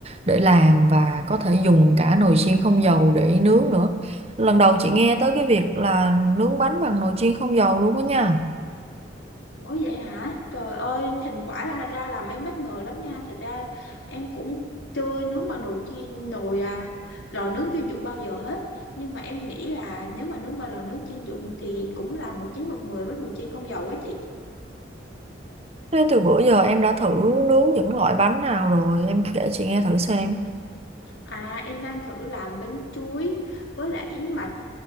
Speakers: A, on the right (about 35°); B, on the left (about 85°).
A: để làm và có thể dùng cả nồi chiên không dầu để nướng nữa lần đầu chị nghe tới cái việc là nướng bánh bằng nồi chiên không dầu luôn đó nha
B: Ủa vậy hả? Trời ơi, thành quả ra ra làm em bất ngờ lắm nha. Thật ra em cũng chưa nướng bằng nồi chiên nồi à lò nướng chuyên dụng bao giờ hết. Nhưng mà em nghĩ là nếu mà nướng bằng lò nướng chuyên dụng thì cũng là một chín một mười với nồi chiên không dầu ấy chị.
A: thế từ bữa giờ em đã thử nướng những loại bánh nào rồi em kể chị nghe thử xem
B: À, em đang thử làm bánh chuối với lại yến mạch